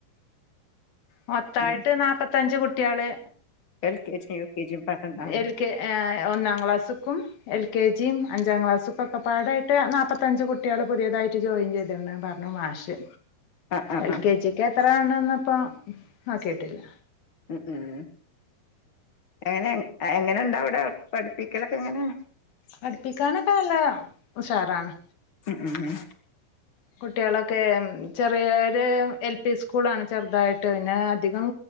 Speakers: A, on the left; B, on the left.
A: മൊത്തായിട്ട്
B: ഉം
A: നാപ്പത്തഞ്ച് കുട് കുട്ടിയാള്
B: എൽ കെ ജിയും യു കെ ജിയും പാടണ്ടാവല്ലേ
A: എൽ കെ ഏ ഒന്നാം ക്ലാസ്സ്ക്കും എൽ കെ ജിയും അഞ്ചാം ക്ലാസ്സ്ക്കൊക്കെ പാടായിട്ട് നാപ്പത്തഞ്ച് കുട്ടികള് പുതിയതായിട്ട് ജോയിൻ ചെയ്തിണ് പറഞ്ഞു മാഷ്
B: ആ ആ
A: എൽ
B: ആ
A: കെ ജി ക്ക് എത്രാണന്നപ്പൊ ആ കേട്ടില്ല
B: ഉ ഉം എങ്ങനെ എങ്ങനെുണ്ടാ അവിടെ പഠിപ്പിക്കലൊക്കെ എങ്ങനെ
A: പഠിപ്പിക്കാനൊക്കെ നല്ല ഉഷാറാണ്
B: ഉം ഉം ഉ
A: കുട്ടികളൊക്കെ ചെറിയൊരു എൽ പി സ്കൂളാണ് ചെറുതായിട്ട് പിന്നെ അധികം